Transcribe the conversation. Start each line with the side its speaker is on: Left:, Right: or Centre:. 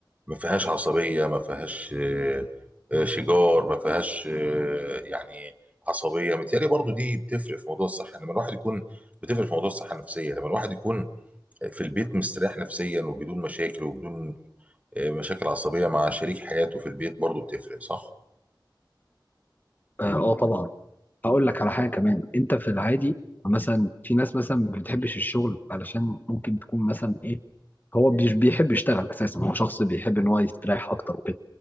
Right: ما فيهاش عصبية ما فيهاش آه، آه، شجار ما فيهاش آه، يعني عصبية متهيألي برضو دي بتفرق في موضوع الصحة لما الواحد يكون بتفرق في موضوع الصحة النفسية لما الواحد يكون في البيت مستريح نفسيا وبدون مشاكل وبدون آه، مشاكل عصبية مع شريك حياته في البيت برضو بتفرق صح؟
Left: اه آه طبعا هقول لك على حاجه كمان انت في العادي مثلا في ناس مثلا ما بتحبش الشغل علشان ممكن تكون مثلا ايه هو مش بيحب يشتغل اساسا هو شخص بيحب ان هو يستريح اكتر وكده